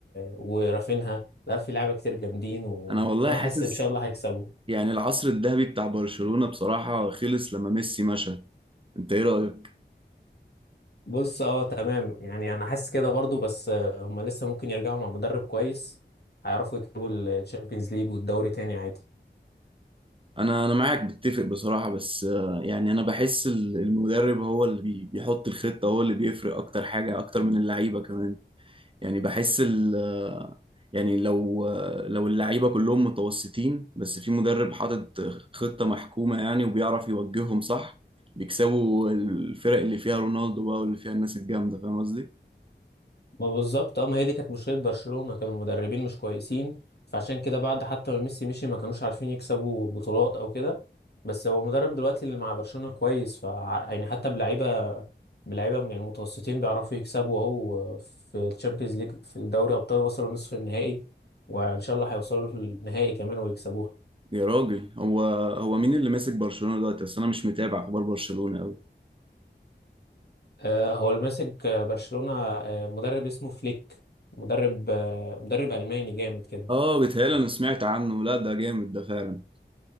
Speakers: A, on the left; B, on the right.
A: ورافينها لا في لعيبة كتير جامدين و...
B: انا والله
A: وأنا
B: حاسس
A: حاسس إن شاء الله هيكسبوا
B: يعني العصر الذهبي بتاع برشلونة بصراحة خلص لما ميسي مشى انت ايه رأيك
A: بص اه تمام يعني انا حاسس كده برضو بس آه، هما لسه ممكن يرجعوا مع مدرب كويس هيعرفوا يكسبوا الشامبيونز ليج والدوري تاني عادي
B: انا انا معاك بتفق بصراحه بس آه، يعني انا بحس ال- المدرب هو اللي بي- بيحط الخطه هو اللي بيفرق اكتر حاجه اكتر من اللعيبه كمان يعني بحس ال آه، يعني لو آه، لو اللعيبه كلهم متوسطين بس في مدرب حاطط خطه محكومه يعني وبيعرف يوجههم صح بيكسبوا الفرق اللي فيها رونالدو بقى واللي فيها الناس الجامده فاهم قصدي
A: ما بالظبط اه ما هي دي كانت مشكلة برشلونة كانوا المدربين مش كويسين فعشان كده بعد حتى ما ميسي مشي ما كانوش عارفين يكسبوا بطولات او كده بس هو المدرب دلوقتي اللي مع برشلونة كويس ف يعني حتى بلعيبة بلعيبة يعني متوسطين بيعرفوا يكسبوا اهو في الشامبيونز ليج في الدوري ابطال وصلوا نصف النهائي وان شاء الله هيوصلوا للنهائي كمان ويكسبوها
B: يا راجل هو هو مين اللي ماسك برشلونه دلوقتي اصل انا مش متابع اخبار برشلونه قوي
A: آه، هو اللي ماسك آه، برشلونة آه، مدرب اسمه فليك مدرب آه، مدرب ألماني جامد كده
B: اه بيتهيألي انا سمعت عنه لا ده جامد ده فعلا